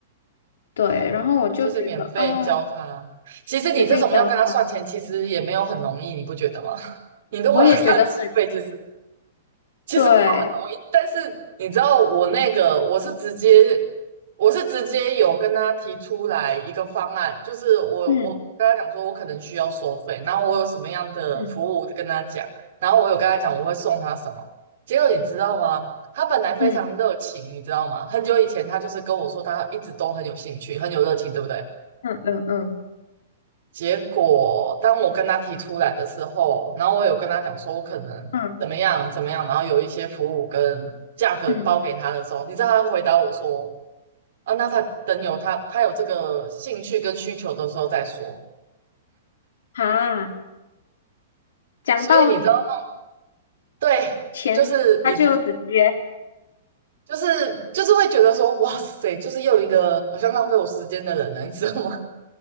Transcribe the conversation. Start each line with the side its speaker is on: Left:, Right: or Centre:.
Left: 对，
Right: 哎，
Left: 然后我就觉得啊，
Right: 就是免费教他。其实你这种要跟他算钱，
Left: 免费教他，
Right: 其实也没有很容易，你不觉得吗？<laughs> 你如果要跟他计费，
Left: 我也觉得很
Right: 就是其实没有很容易，
Left: 对，
Right: 但是你知道我那个，我是直接，我是直接有跟他提出来一个方案，就是我我跟他讲说，
Left: 嗯
Right: 我可能需要收费，然后我有什么样的服务跟他讲，
Left: 嗯
Right: 然后我有跟他讲我会送他什么，结果你知道吗？他本来非常热情，
Left: 嗯
Right: 你知道吗？很久以前他就是跟我说，他一直都很有兴趣，很有热情，对不对？
Left: 嗯嗯嗯
Right: 结果当我跟他提出来的时候，然后我有跟他讲说我可能怎么样怎么样，
Left: 嗯
Right: 然后有一些服务跟价格包给他的时候，
Left: 嗯，
Right: 你知道他回答我说啊，那他等有他他有这个兴趣跟需求的时候再说。
Left: 啊，讲到
Right: 所以你知道吗？对，
Left: 钱，
Right: 就是你知，
Left: 他就直接
Right: 就是就是会觉得说哇塞，就是又一个好像浪费我时间的人了，你知道吗？